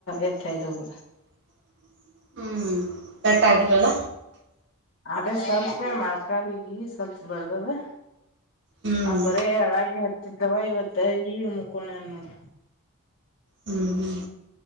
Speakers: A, on the left; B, on the right.
A: ಎತ್ತು ಹಾಯ್ದು ಹೋಗ್ಯದ
B: <unintelligible> ಹ್ಮ್ ಪೆಟ್ ಆಗಿಲ್ಲಲ್ಲ
A: ಅದೇ ಸ್ವಲ್ಪೇ ಮೊಳಕಾಲಿಗಿ ಸ್ವಲ್ಪ ಬಡ್ದದುದಾ
B: ಹ್ಮ್
A: ಅವ ಬರೆ ಅಳಕೆ ಹಚ್ಚ ದವ ಇವತ್ತ ಈ ಮುಕೋಣನ ನೋಡ.
B: ಹ್ಮ್ ಹ್ಮ್